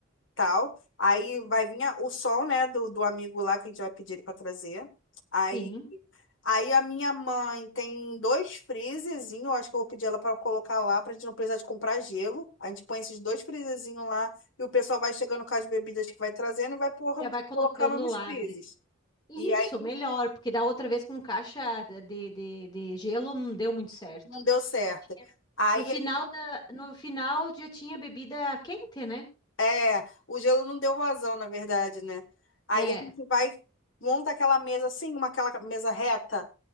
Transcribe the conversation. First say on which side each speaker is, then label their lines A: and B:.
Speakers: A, on the left; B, on the left.
A: tal. Aí vai vir a- o som, né, do, do amigo lá que a gente vai pedir ele para trazer. aí
B: Sim,
A: Aí a minha mãe tem dois freezerzinhos, eu acho que eu vou pedir ela para colocar lá, pra gente não precisar de comprar gelo. A gente põe esses dois freezerzinhos lá e o pessoal vai chegando com as bebidas que vai trazendo e vai por-
B: já vai colocando
A: colocando nos
B: lá,
A: freezers.
B: né? Isso,
A: E aí
B: melhor, porque da outra vez com caixa de, de, de gelo não deu muito certo.
A: não deu certo.
B: Tinha-
A: Aí
B: No final
A: a gente,
B: da, no final já tinha bebida quente, né?
A: é, o gelo não deu vazão, na verdade, né? Aí
B: É,
A: a gente vai monta aquela mesa assim, uma aquela mesa reta